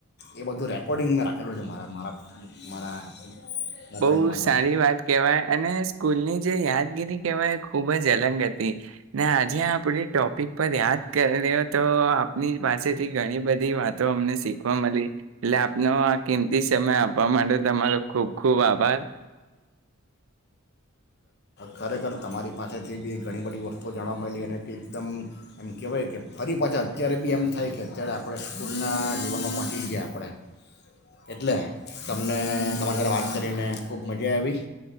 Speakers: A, on the left; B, on the right.
A: એ બધું રેકોર્ડિંગ મેં રાખેલું છે. મારા, મારા, મારા મોબાઈલમાં
B: બોઉ
A: તો
B: સારી વાત કેવાય. અને સ્કૂલની જે યાદગીરી કેવાય, એ ખુબ જ હતી ને. આજે આપણી ટોપિક પર યાદ કર્યો, તો આપની પાસેથી ઘણી બધી વાત તો અમને શીખવા મલી આપનો આ કિંમતી સમય આપવા માટે તમારો ખુબ ખૂબ આભાર.
A: ખરેખર, તમારી પાસેથી બી ઘણી બધી વસ્તુઓ જાણવા, અને તે એકદમ એમ કહેવાય કે, ફરી પાછા અત્યારે બી એમ થાય કે અત્યારે આપણે સ્કૂલના જીવનમાં પહોંચી ગીયા આપણે. એટલે, તમને તમારી વાત કરીને ખૂબ મજા આવી